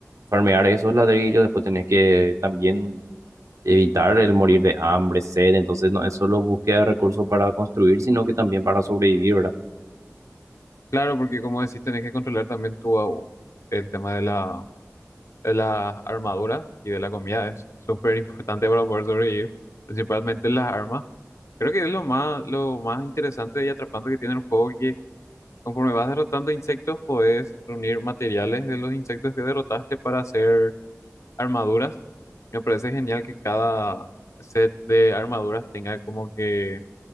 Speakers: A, on the right (about 80°); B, on the left (about 70°).
A: farmear esos ladrillos, después tenés que también evitar el morir de hambre, sed, entonces no es solo búsqueda de recursos para construir, sino que también para sobrevivir, ¿verdad?
B: Claro, porque como decís, tenés que controlar también tu, el tema de la de la armadura y de la comida es súper importante para poder sobrevivir, principalmente las armas. Creo que es lo más, lo más interesante y atrapante que tiene el juego, que conforme vas derrotando insectos, podés reunir materiales de los insectos que derrotaste para hacer armaduras. Me parece genial que cada set de armaduras tenga como que